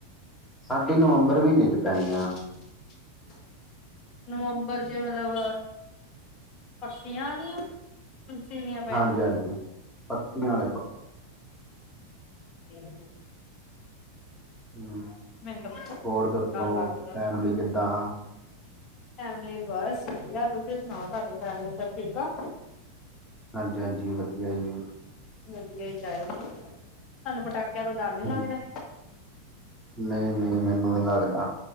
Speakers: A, in the centre; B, on the left (about 30°).
A: ਸਾਢੇ ਨਵੰਬਰ ਮਹੀਨੇ ਚ ਪੈਣੀਆਂ
B: <inaudible> ਨਵੰਬਰ ਚ ਮਤਲਬ ਪਕਿਆ ਆਲਿਆ <unintelligible>
A: ਹਾਂਜੀ ਹਾਂਜੀ ਪੱਕੀਆਂ ਵਾਲਿਆ
B: ਇਹ
A: ਹਮ
B: ਮੈਨੂੰ ਤਾਂ ਪਤਾ
A: ਹੋਰ ਦੱਸੋ
B: ਡਰ ਲੱਗਦਾ
A: ਫੈਮਲੀ ਕਿੱਦਾਂ
B: ਫੈਮਿਲੀ ਬਸ ਠੀਕ ਆ ਤੁਸੀਂ ਸੁਣਾਓ ਤੁਹਾਡੀ ਫੈਮਿਲੀ ਸਭ ਠੀਕ ਆ
A: ਹਾਂਜੀ ਹਾਂਜੀ ਵਧੀਆ ਜੀ
B: ਵਧੀਆ ਹੀ ਚਾਹੀਦੀ ਤਾਂਨੂੰ ਪਟਾਕਿਆਂ ਤੋਂ ਦਰ ਨੀ
A: ਹਾਂਜੀ,
B: ਲੱਗਦਾ
A: ਨਹੀਂ ਨਹੀਂ ਮੈਨੂੰ ਨੀ ਲੱਗਦਾ